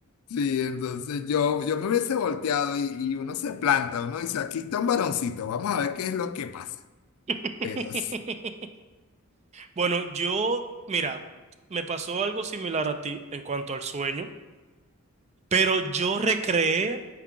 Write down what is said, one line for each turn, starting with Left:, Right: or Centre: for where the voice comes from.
Left: sí, entonces yo, yo me hubiese volteado y, y uno se planta, uno dice, aquí está un varoncito, vamos a ver qué es lo que pasa.
Right: <laughs>
Left: Pero sí.
Right: Bueno, yo, mira, me pasó algo similar a ti en cuanto al sueño. Pero yo recreé